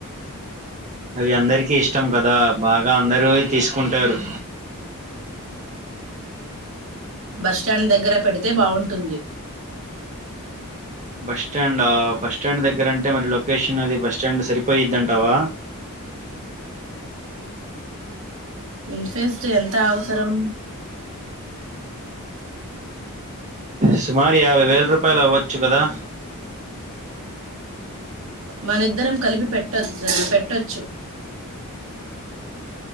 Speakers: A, on the right (about 35°); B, on the right (about 65°).
A: అవి అందరికీ ఇష్టం కదా బాగా అందరూ తీసుకుంటారు
B: బస్టాండ్ దగ్గర పెడితే బావుంటుంది
A: బస్టాండా బస్టాండ్ దగ్గర అంటే మరి లొకేషన్ అది బస్టాండ్ సరిపోయిద్ది అంటావా
B: ఇన్ఫెస్ట్ ఎంత అవసరం
A: సుమారు యాభై వేల్ రుపాయలు అవ్వచ్చు కదా
B: మన ఇద్దరం కలిపి పెట్టొచ్చ పెట్టొచ్చు